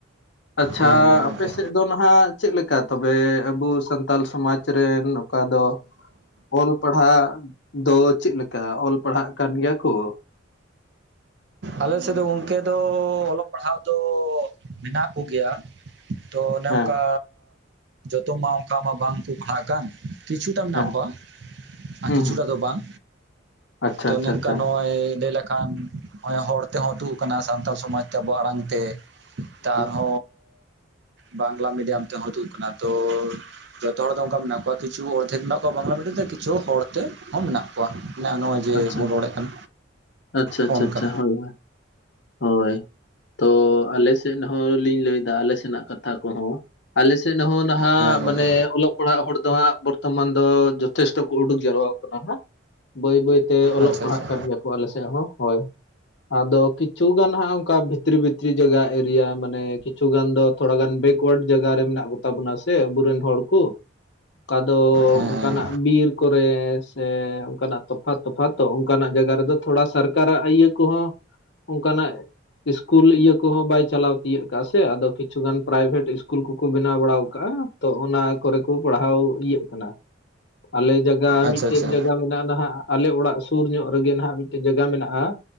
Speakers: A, on the left; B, on the right.
A: ᱟᱪᱪᱷᱟ
B: ᱦᱮᱸ ᱢᱟ ᱜᱚᱝᱠᱮ
A: ᱟᱯᱮ ᱥᱮᱫ ᱫᱚ ᱱᱷᱟᱜ ᱪᱮᱫ ᱞᱮᱠᱟ ᱛᱚᱵᱮ ᱟᱵᱩ ᱥᱟᱱᱛᱟᱞ ᱥᱚᱢᱟᱡᱽ ᱨᱮᱱ ᱚᱠᱟ ᱫᱚ ᱚᱞ ᱯᱟᱲᱦᱟᱜ ᱫᱚ ᱪᱮᱫ ᱞᱮᱠᱟ ᱚᱞ ᱯᱟᱲᱦᱟᱜ ᱠᱟᱱ ᱜᱮᱭᱟ ᱠᱚ
B: ᱟᱞᱮᱥᱮᱫ ᱫᱚ ᱜᱚᱢᱠᱮ ᱫᱚ ᱚᱞᱚᱜ ᱯᱟᱲᱦᱟᱣ ᱫᱚ ᱢᱮᱱᱟᱜ ᱠᱚᱜᱮᱭᱟ ᱛᱚ ᱚᱱᱮ
A: ᱦᱮᱸ
B: ᱚᱱᱠᱟ ᱡᱚᱛᱚ ᱢᱟ ᱚᱱᱠᱟ ᱢᱟ ᱵᱟᱝ ᱠᱚ ᱯᱟᱲᱦᱟᱜ ᱠᱟᱱ ᱠᱤᱪᱷᱩᱴᱟ ᱢᱮᱱᱟᱜ
A: ᱦᱮᱸ
B: ᱠᱚᱣᱟ ᱟᱨ
A: ᱦᱩᱸ
B: ᱠᱤᱪᱷᱩᱴᱟ
A: ᱦᱩᱸ
B: ᱫᱚ ᱵᱟᱝ
A: ᱟᱪᱪᱷᱟ
B: ᱛᱚ
A: ᱟᱪᱪᱷᱟ
B: ᱱᱮᱱᱠᱟ
A: ᱟᱪᱪᱷᱟ
B: ᱱᱚᱜᱼᱚᱭ ᱞᱟᱹᱭ ᱞᱮᱠᱷᱟᱱ ᱱᱚᱜᱼᱚᱭ ᱦᱚᱲ ᱛᱮᱦᱚᱸ ᱫᱳᱜ ᱟᱠᱟᱱᱟ ᱥᱟᱱᱛᱟᱞ ᱥᱚᱢᱟᱡᱽ ᱛᱮ ᱟᱵᱳᱣᱟᱜ ᱟᱲᱟᱝ ᱛᱮ ᱛᱟᱨᱮᱦᱚᱸ
A: <inaudible>
B: ᱵᱟᱝᱞᱟ ᱢᱤᱰᱤᱭᱟᱢ ᱛᱮᱦᱚᱸ <unintelligible> ᱠᱟᱱᱟ ᱛᱚ ᱡᱚᱛᱚ ᱦᱚᱲ ᱫᱚ ᱚᱱᱠᱟ ᱢᱮᱱᱟᱜ ᱠᱚᱣᱟ ᱠᱤᱪᱷᱩ ᱚᱨᱫᱷᱮᱠ ᱢᱮᱱᱟᱜ ᱠᱚᱣᱟ ᱵᱟᱝᱞᱟ ᱢᱤᱰᱤᱭᱟᱢ ᱛᱮ ᱠᱤᱪᱷᱩ ᱦᱚᱲ ᱛᱮᱦᱚᱸ ᱢᱮᱱᱟᱜ ᱠᱚᱣᱟ ᱢᱮᱱᱟᱜᱼᱟ ᱱᱚᱜᱼᱚᱭ ᱡᱮ
A: ᱟᱪᱪᱷᱟ
B: ᱵᱚᱱ ᱨᱚᱲᱮᱫ ᱠᱟᱱ
A: ᱟᱪᱪᱷᱟ ᱟᱪᱪᱷᱟ
B: ᱦᱚᱸᱜ ᱱᱚᱝᱠᱟ᱾
A: ᱟᱪᱪᱷᱟ ᱦᱳᱭ ᱦᱳᱭ ᱛᱚ ᱟᱞᱮ ᱥᱮᱫ ᱦᱚᱸᱞᱤᱧ ᱞᱟᱹᱭ ᱮᱫᱟ ᱟᱞᱮ ᱥᱮᱱᱟᱜ ᱠᱟᱛᱷᱟ ᱠᱚᱦᱚᱸ ᱟᱞᱮ ᱥᱮᱱ ᱦᱚᱸ ᱱᱟᱦᱟᱜ
B: ᱦᱮᱸ ᱜᱚᱝᱠᱮ
A: ᱢᱟᱱᱮ ᱚᱞᱚᱜ ᱚᱲᱟᱜ ᱦᱚᱲ ᱫᱚ ᱦᱟᱸᱜ ᱵᱚᱨᱛᱚᱢᱟᱱ ᱫᱚ ᱡᱚᱛᱷᱮᱥᱴᱚ ᱠᱚ ᱩᱰᱩᱠ ᱡᱟᱨᱣᱟ ᱟᱠᱟᱱᱟ ᱦᱟᱸᱜ ᱵᱟᱹᱭ ᱵᱟᱹᱭᱛᱮ ᱚᱞᱚᱜ
B: ᱟᱪᱪᱷᱟ
A: ᱯᱟᱲᱦᱟᱜ
B: ᱟᱪᱪᱷᱟ
A: ᱠᱟᱱ ᱜᱮᱭᱟ ᱠᱚ ᱟᱞᱮ ᱥᱮᱫ ᱦᱚᱸ ᱦᱳᱭ ᱟᱫᱚ ᱠᱤᱪᱷᱩᱜᱟᱱ ᱦᱟᱸᱜ ᱚᱱᱠᱟ ᱵᱷᱤᱛᱨᱤ ᱵᱷᱤᱛᱨᱤ ᱡᱟᱭᱜᱟ ᱮᱨᱤᱭᱟ ᱢᱟᱱᱮ ᱠᱤᱪᱷᱩ ᱜᱟᱱ ᱫᱚ ᱛᱷᱚᱲᱟ ᱜᱟᱱ ᱵᱮᱠᱳᱣᱟᱨᱰ ᱡᱟᱭᱜᱟ ᱨᱮ ᱢᱮᱱᱟᱜ ᱠᱚ ᱛᱟᱵᱚᱱᱟ ᱥᱮ ᱟᱵᱚᱨᱮᱱ ᱦᱚᱲ ᱠᱚ ᱚᱠᱟ ᱫᱚ
B: ᱦᱮᱸ
A: ᱚᱱᱠᱟᱱᱟᱜ
B: ᱦᱮᱸ
A: ᱵᱤᱨ ᱠᱚᱨᱮ ᱥᱮ ᱚᱱᱠᱟᱱᱟᱜ ᱛᱚᱯᱷᱟ ᱛᱚᱯᱷᱟᱛ ᱛᱚ ᱚᱱᱠᱟᱱᱟᱜ ᱡᱟᱭᱜᱟ ᱨᱮᱫᱚ ᱛᱷᱚᱲᱟ ᱥᱚᱨᱠᱟᱨᱟᱜ ᱤᱭᱟᱹ ᱠᱚᱦᱚᱸ ᱚᱱᱠᱟᱱᱟᱜ ᱤᱥᱠᱩᱞ ᱤᱭᱟᱹ ᱠᱚᱦᱚᱸ ᱵᱟᱭ ᱪᱟᱞᱟᱣ ᱛᱤᱭᱟᱹᱜ ᱠᱟᱜᱼᱟ ᱥᱮ ᱟᱫᱚ ᱠᱤᱪᱷᱩ ᱜᱟᱱ ᱯᱨᱟᱭᱵᱷᱮᱴ ᱤᱥᱠᱩᱞ ᱠᱚᱠᱚ ᱵᱮᱱᱟᱣ ᱵᱟᱲᱟᱣ ᱠᱟᱜᱼᱟ᱾ ᱛᱚ ᱚᱱᱟ ᱠᱚᱨᱮ ᱠᱚ ᱯᱟᱲᱦᱟᱣ ᱤᱭᱟᱹᱜ ᱠᱟᱱᱟ ᱟᱞᱮ ᱡᱟᱜᱟ
B: ᱟᱪᱪᱷᱟ
A: ᱢᱤᱫᱴᱮᱱ
B: ᱟᱪᱪᱷᱟ
A: ᱡᱟᱜᱟ ᱢᱮᱱᱟᱜᱼᱟ ᱱᱟᱦᱟᱜ ᱟᱞᱮ ᱚᱲᱟᱜ ᱥᱩᱨ ᱧᱚᱜ ᱨᱮᱜᱮ ᱱᱟᱜ ᱢᱤᱫᱴᱮᱡ ᱡᱟᱭᱜᱟ ᱢᱮᱱᱟᱜᱼᱟ